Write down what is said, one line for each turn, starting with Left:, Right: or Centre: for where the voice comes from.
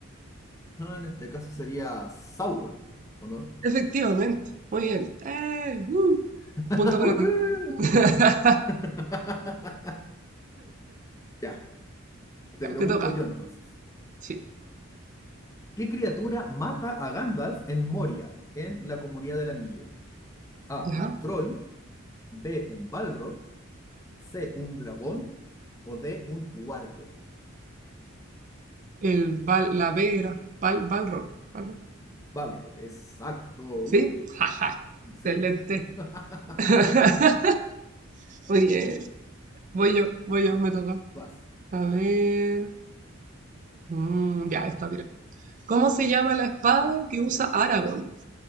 Left: En este caso sería Sauron, ¿o no?
Right: Efectivamente. Muy bien. Eh, uh,
Left: <laughs>
Right: un punto para
Left: ¡Woohoo!
Right: ti. <laughs>
Left: <laughs> Ya, te
Right: Ya,
Left: pregunto
Right: te toca.
Left: yo entonces.
Right: Sí.
Left: ¿Qué criatura mata a Gandalf en Moria, en la Comunidad del Anillo? A,
Right: Ya.
Left: un troll, B, un balrog, C, un dragón o D, un huargo.
Right: El bal, la B era bal, balrog. balrog.
Left: Balrog, exacto. Uh,
Right: ¿Sí? Jaja.
Left: sí.
Right: Excelente.
Left: <laughs>
Right: <laughs> Muy bien. Voy yo, voy yo, me toca.
Left: Vas.
Right: A ver. Mm, ya, está, mira. ¿Cómo se llama la espada que usa Aragorn?